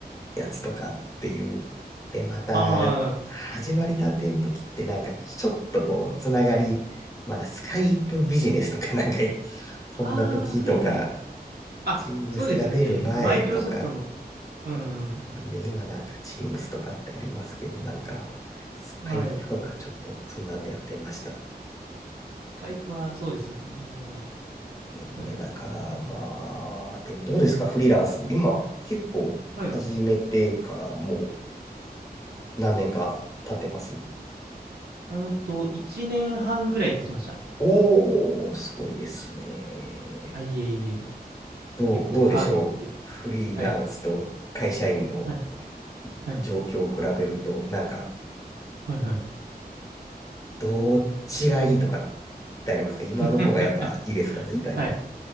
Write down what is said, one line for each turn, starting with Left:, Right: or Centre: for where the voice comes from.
Left: やつとかっていう。で、また、
Right: あー、
Left: 始まりたての時ってなんか、ちょっとこう、つながり、まだスカイプビジネスとかなんか、そんな時とか、
Right: あー、はいはい。あ、
Left: Teams
Right: そうですよね。
Left: が出る前とか、
Right: マイクロソフトの、うん、
Left: そうなんですよね。今なんか Teams とかってありますけど、なんか、スカイプとかちょっとそんなのやってました。
Right: はい。スカイプはそうですよね。
Left: ねえだからまあ、
Right: うん
Left: でもどうですか、フリーランス。今結構始めてからもう
Right: はい。
Left: 何年か経ってます。
Right: うんと、1年半ぐらい経ちました。
Left: おー、すごいですね。
Right: あ、いえいえ、
Left: どう、
Right: 結構ハードです。
Left: どうでしょう。フリーランスと会社員の
Right: はい。はい。はい。
Left: 状況を比べると、なんか、
Right: はい。はい。
Left: どっちがいいとかってありますか今の方がやっぱいいですか絶対。
Right: <laughs> はい。